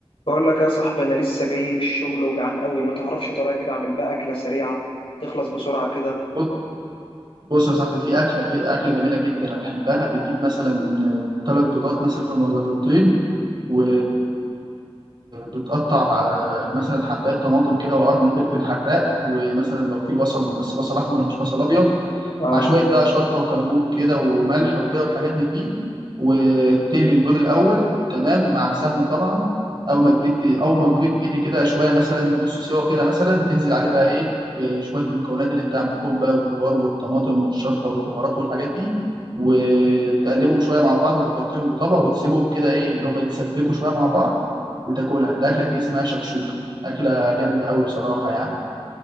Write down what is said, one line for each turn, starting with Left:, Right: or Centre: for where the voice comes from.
Left: بقول لك يا صاحبي انا لسه جاي من الشغل وجعان قوي ما تعرفش طريقه كده اعمل بقى اكله سريعه تخلص بسرعه كده
Right: ب- بص يا صاحبي في أكلة أكلة جميلة جدا أنا بحبها بتجيب مثلا ثلاث بيضات مثلا ولا بيضتين و... بتقطع آه، مثلا حبايه طماطم كده وقرن فلفل حراق ومثلا لو في بصل بس بصل احمر مش بصل ابيض
Left: اه
Right: مع شويه بقى شطه وكمون كده وملح وكده والحاجات من دي وتقلي البيض الاول تمام مع سمنه طبعا اول ما البيض اول ما البيض يتقلي كده شويه مثلا نص سوا كده مثلا تنزل عليه بقى ايه بشويه المكونات اللي انت عملتهم بقى الخضار والطماطم والشطه والبهارات والحاجات دي وتقلبهم شويه مع بعض وتغطيهم بطبق وتسيبهم كده ايه اللي هم يتسبكوا شويه مع بعض وتاكلها الاكله دي اسمها شكشوكه اكله جامده قوي بصراحه يعني